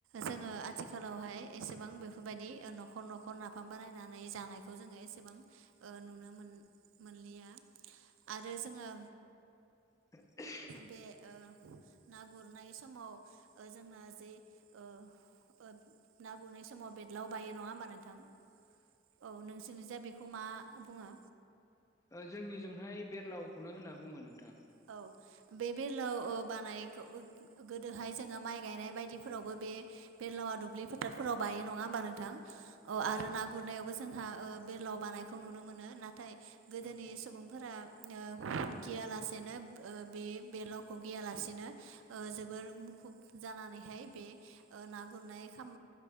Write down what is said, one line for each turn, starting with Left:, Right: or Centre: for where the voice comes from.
Right: जोङो आथिखालावहाय एसेबां बेफोरबायदि न'खर न'खर खर नाफाम बानायनानै जानायखौ जोङो एसेबां ओ नुनो मोन मोनलिया। आरो जोङो
Left: <inaudible>
Right: बे ओ ना गुरनाय समाव जोंना जे ओ ओं ना गुरनाय समाव बेदलाव बायो नङा होमबा नों थां औ नोंसोरनि जा बेखौ मा बुङो?
Left: ओ जोंनिजोंहाय बेदलावखौनो होनना बुङो नोंथां।
Right: औ बे बेदलाव ओ बानायखौ गोदोहाय जोङो माइ गायनाय बायदिफोरावबो बे बेदलावा दुब्लि फोथारफोराव बायो नङा हबा नोंथां? औ आरो ना गुरनायाव बो जोंहा ओ बेदलाव बांनायखौ नुनो मोनो नाथाय गोदोनि
Left: औ
Right: सुबुंफोरा ओ गियालासे नो बे बेदलावखौ गियालासेनो जोबोर मुखुब जानानैहाय बे ओ ना गुरनाय खाम